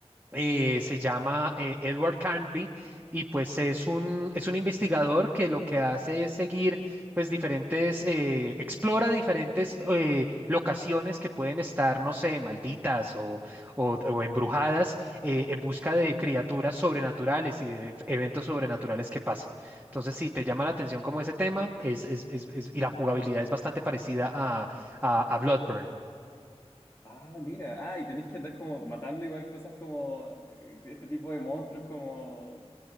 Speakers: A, on the right; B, on the left.
A: eh, se llama eh, Edward Carnby y pues es un, es un investigador que lo que hace es seguir pues diferentes, eh, explora diferentes eh, locaciones que pueden estar, no sé, malditas o, o- o embrujadas eh, en busca de criaturas sobrenaturales y de ef- eventos sobrenaturales que pasan. Entonces, si te llama la atención como ese tema, es, es- es- es- y la jugabilidad es bastante parecida a, a, a Bloodborne.
B: Ah, mira. Ah, y tenéis que andar como matando igual cosas como eh, este tipo de monstruos como,